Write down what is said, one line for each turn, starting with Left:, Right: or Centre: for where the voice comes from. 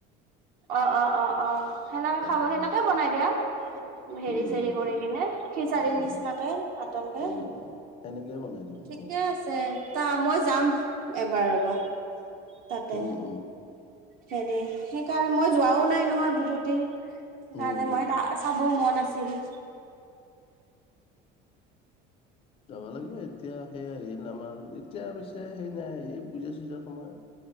Right: অ-অ-অ-অ, সেনেকে
Left: সেইকাৰণে
Right: খাব সেনেকে বনাই দিয়া। উ <unintelligible> হেৰি-চেৰি
Left: উম
Right: কৰি
Left: উম
Right: কিনে, খিচাৰি
Left: উম উম
Right: নিচিনাকে
Left: উম
Right: পাতলকে,
Left: উম উম সেনেকেই বনাই দিওঁ
Right: ঠিকে
Left: উম
Right: আছে তা মই যাম। এবাৰ ৰবা, তাতে,
Left: উম উম
Right: হেৰি সেইকাৰণে মই যোৱাও নাই নহয় বহুত দিন।
Left: উম
Right: কাৰণে
Left: উম
Right: মই ত চাব মন আছে। ৰি
Left: যাবা লাগে এতিয়া সেই আহিল আমাৰ, এতিয়া পছে সেই নাই এই পূজা-চূজাৰ সময়ত।